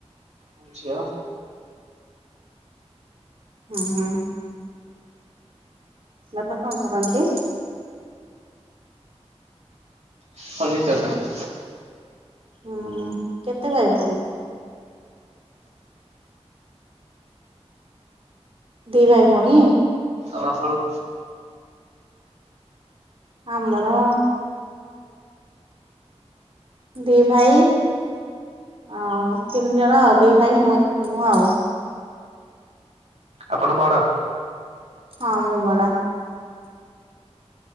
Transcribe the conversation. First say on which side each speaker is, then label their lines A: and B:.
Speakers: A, on the right (about 80°); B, on the right (about 55°).
A: ଆଉ ଝିଅ।
B: ହୁଁ ହୁଁ। ବାପା କଣ କରନ୍ତି?
A: ଫନିଚର କାମ।
B: ହୁଁ କେତେ ଭାଇ ପୁଣି? ଦି ଭାଇ ଭଉଣୀ?
A: ଆଉ ଆପଣ?
B: ଆମର ଦି ଭାଇ ଆଉ ତିନି ଜଣ ଆଉ ଦି ଭାଇ ମୁ ମୁଁ ଆଉ
A: ଆପଣ ବଡ?
B: ହଁ ମୁଁ ବଡ଼।